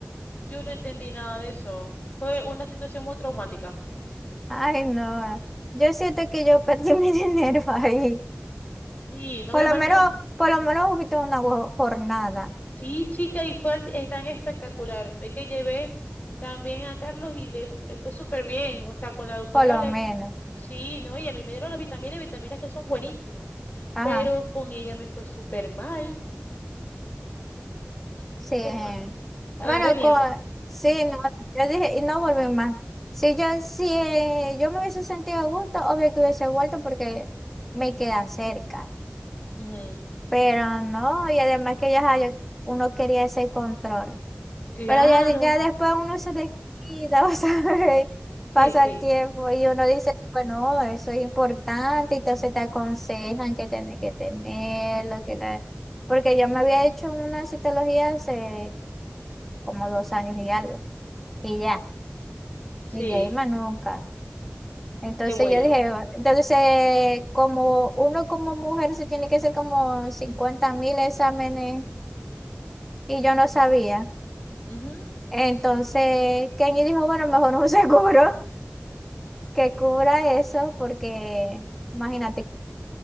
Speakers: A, on the left; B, in the centre.
A: yo no entendí nada de eso. Fue una situación muy traumática.
B: Ay, no, yo siento que yo perdí <laughs> mi dinero ahí.
A: Sí, no
B: Por
A: menos
B: lo
A: mal
B: menos,
A: que la...
B: por lo menos hubiste una go- jornada.
A: Sí, chica, y fue al- eh, tan espectacular. Ve que llevé también a Carlos y le, le fue súper bien. O sea, con la doctora
B: Por lo
A: le...
B: menos.
A: Sí, no, y a mí me dieron las vitaminas, vitaminas que son buenísimas.
B: Ajá.
A: pero con ella me fue súper mal, súper
B: Sí.
A: mal. Agarré
B: Bueno,
A: miedo.
B: con, sí, no, yo dije, y no volví más. Si yo, si eh, yo me hubiese sentido a gusto, obvio que hubiese vuelto porque me queda cerca.
A: Ujú.
B: Pero no, y además que ya ajá, yo- uno quería ese control.
A: Claro,
B: Pero ya, de- ya después uno se descuida, <laughs> o sea,
A: sí,
B: pasa
A: sí,
B: el tiempo y uno dice, bueno, eso es importante, entonces te aconsejan que tenés que tenerlo, que la... Porque yo me había hecho una citología hace como dos años y algo, y ya,
A: sí,
B: y de ahí más nunca. Entonces
A: qué bueno.
B: yo dije, "Bueno", entonces eh, como uno como mujer se tiene que hacer como cincuenta mil exámenes y yo no sabía.
A: Ujú,
B: Entonces Kenny dijo, bueno, mejor un seguro. que cubra eso, porque imagínate,